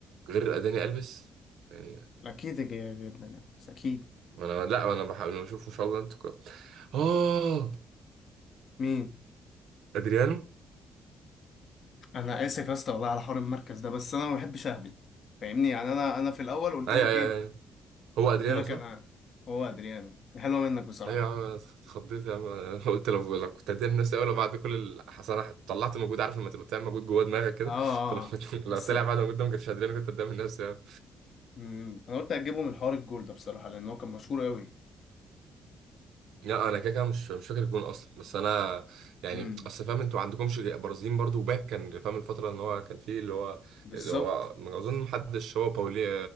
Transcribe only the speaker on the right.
غير اداني البس يعني
انا لا انا بحاول اشوف ان شاء الله انتوا كده اه
ادريانو
ايوه
ايوه
أيوة. هو
ادريانو
صح
ايوه يا عم انا اتخضيت يا عم <laughs> انا قلت لو لو كنت هدير نفسي اول بعد كل ال- اصل انا طلعت مجهود عارف لما تبقى بتعمل مجهود جوه دماغك كده
<laughs> فلو كنت
لو
طلع بعد مجهود ده ما كنتش هدري كنت قدام الناس يعني
لا انا كده كده مش مش فاكر الجون اصلا بس انا يعني
اصل فاهم انتوا عندكمش برازيليين برضو وباك كان فاهم الفتره ان هو كان فيه اللي هو
اللي هو ما اظن محدش هو باولي